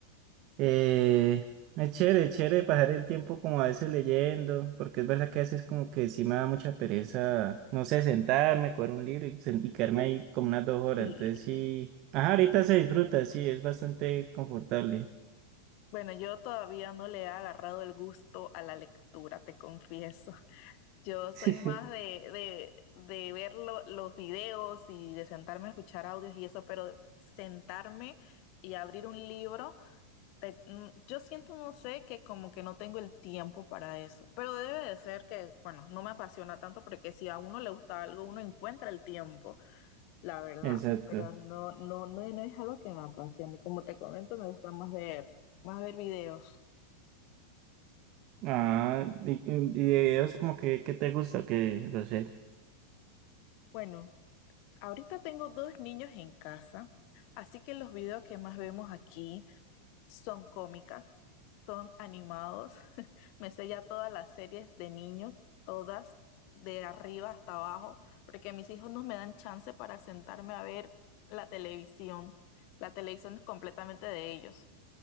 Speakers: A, on the right (about 40°); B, on the left (about 45°).
A: Eh, es chévere, es chévere pasar el tiempo como a veces leyendo, porque es verdad que a veces como que sí me da mucha pereza, no sé, sentarme, coger un libro y, sen- y quedarme ahí como unas dos horas.
B: Sí.
A: Entonces sí, ajá, ahorita se disfruta, sí, es bastante confortable.
B: Bueno, yo todavía no le he agarrado el gusto a la lectura, te confieso. Yo soy
A: <laughs>
B: más de, de, de ver lo- los videos y de sentarme a escuchar audios y eso, pero sentarme y abrir un libro, te- mm, yo siento, no sé, que como que no tengo el tiempo para eso. Pero debe de ser que, bueno, no me apasiona tanto porque si a uno le gusta algo, uno encuentra el tiempo, la verdad.
A: Exacto.
B: Pero no, no, no, no es algo que me apasione. Como te comento, me gusta más ver, más ver videos.
A: Ah, y, y y de videos como que, ¿qué te gusta o qué, Rosel?
B: Bueno, ahorita tengo dos niños en casa, así que los videos que más vemos aquí son cómicas, son animados. <laughs> Me sé ya todas las series de niños, todas, de arriba hasta abajo, porque mis hijos no me dan chance para sentarme a ver la televisión. La televisión es completamente de ellos.